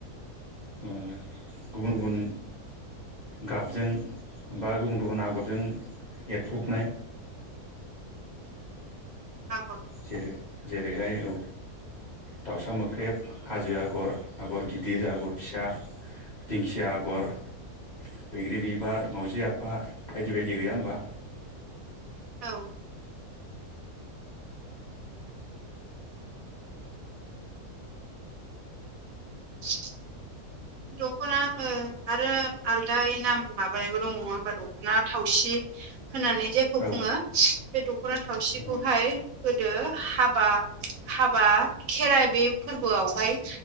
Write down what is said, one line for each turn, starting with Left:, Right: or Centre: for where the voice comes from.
Left: गुबुन गुबुन गाबजों बा गुबुन गुबुन आगरजों एरफुबनाय
Right: आगर
Left: जेरै जेरैहाय औ दाउसा मोख्रेब हाजो आगर आगर गिदिर आगर फिसा दिंखिया आगर बैग्रि बिबार मावजि आफा बायदि बायदि गैया होमबा?
Right: औ <inaudible> दख'ना आरो आलदाय नाम माबानायबो दं नङा होमबा दख'ना थावसि। होननानै जायखौ
Left: औ
Right: बुङो बे दख'ना थावसिखौहाय
Left: औ
Right: गोदो हाबा हाबा खेराइ बे फोरबोआवहाय